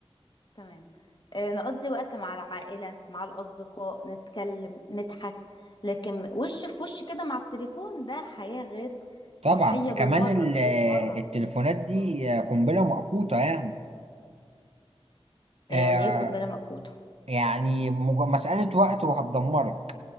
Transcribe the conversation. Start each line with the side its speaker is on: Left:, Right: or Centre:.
Left: تمام آه نقضي وقت مع العائله مع الاصدقاء نتكلم نضحك لكن وش في وش كده مع التليفون ده حياه غير صحيه
Right: طبعا
Left: بالمره
Right: كمان ال-
Left: بالمره
Right: التليفونات دي
Left: مم.
Right: قنبلة موقوتة يعني
Left: يعني
Right: آه،
Left: ايه قنبلة موقوتة
Right: يعني مج- مسألة وقت وهتدمرك